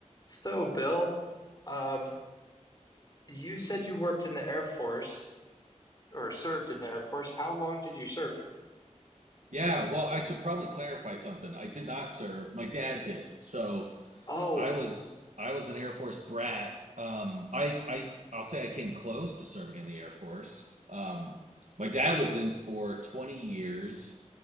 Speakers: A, on the left; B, on the right.
A: So, Bill, um, you said you worked in the Air Force or served in the Air Force. How long did you serve?
B: Yeah, well, I should probably clarify something. I did not serve. My dad did. So
A: Oh,
B: I was I was an Air Force brat. Um, I I I'll say I came close to serving in the Air Force. Um, my dad was in for 20 years,